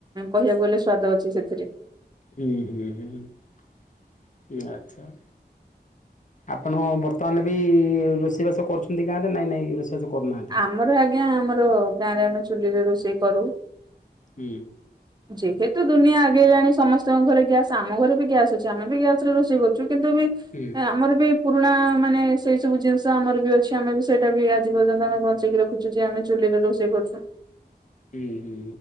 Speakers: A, on the right; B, on the left.
A: କହିବାକୁ ଗଲେ ସ୍ଵାଦ ଅଛି ସେଥିରେ।
B: ହୁଁ ହୁଁ ହୁଁ ଆଚ୍ଛା। ଆପଣ ବର୍ତ୍ତମାନ ବି ରୋଷେଇ ବାସ କରୁଛନ୍ତି ଗାଁରେ ନାଇଁ ନାଇଁ କରୁନାହାନ୍ତି?
A: ଆମର ଆଜ୍ଞା ଆମର ଗାଁ ରେ ଆମେ ଚୁଲିରେ ରୋଷେଇ କରୁ।
B: ହୁଁ।
A: ଯେହେତୁ ଦୁନିଆ ଆଗେଇଲାଣି ସମସ୍ତଙ୍କ ଘରେ ଗ୍ୟାସ୍ ଆମ ଘରେ ବି ଗ୍ୟାସ୍ ଅଛି ଆମେ ବି ଗ୍ୟାସରେ ରୋଷେଇ କରୁଛୁ। କିନ୍ତୁ
B: ହୁଁ <inaudible>
A: ଆମର ବି ପୁରୁଣା ମାନେ ସେଇ ସବୁ ଜିନିଷ ଆମର ବି ଅଛି ଆମେ ବି ସେଇଟା ବି ଆଜି ପର୍ଯ୍ୟନ୍ତ ଆମେ ବଞ୍ଚେଇକି ରଖୁଛୁ। ଯେ ଆମେ ଚୁଲିରେ ରୋଷେଇ କରୁଛୁ।
B: ହୁଁ ହୁଁ <inaudible>